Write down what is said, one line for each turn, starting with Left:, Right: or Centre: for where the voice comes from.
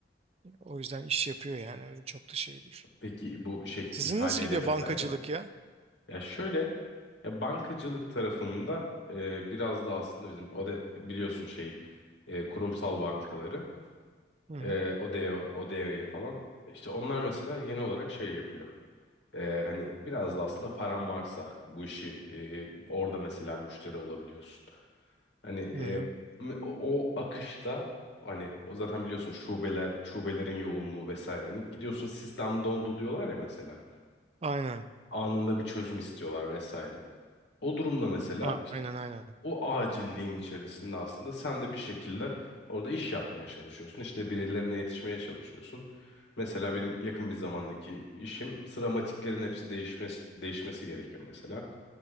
Right: O yüzden iş yapıyor yani öyle çok da şey değil.
Left: Peki bu şey
Right: Sizin
Left: ihaleyle
Right: nasıl gidiyor
Left: vesaire
Right: bankacılık
Left: mi?
Right: ya?
Left: Ya şöyle ya bankacılık tarafında e, biraz da aslında bizim ODE biliyorsun şeyi e, kurumsal bankaları
Right: Hı hı.
Left: e, ODE'ye ODE'yi falan işte onlar mesela genel olarak şey yapıyor. E, hani biraz da aslında paran varsa bu işi e, orada mesela müşteri olabiliyorsun. Hani
Right: Hı
Left: e,
Right: hı.
Left: m- o akışta hani o zaten biliyorsun şubeler şubelerin yoğunluğu vesaire. Hani gidiyorsun sistem dondu diyorlar ya mesela
Right: Aynen.
Left: anında bir çözüm istiyorlar vesaire. O durumda mesela
Right: A-
Left: işte
Right: Aynen aynen.
Left: o acilliğin içerisinde aslında sen de bir şekilde orada iş yapmaya çalışıyorsun. İşte birilerine yetişmeye çalışıyorsun. Mesela benim yakın bir zamandaki işim sıramatiklerin hepsi değişmesi, değişmesi gerekiyor mesela.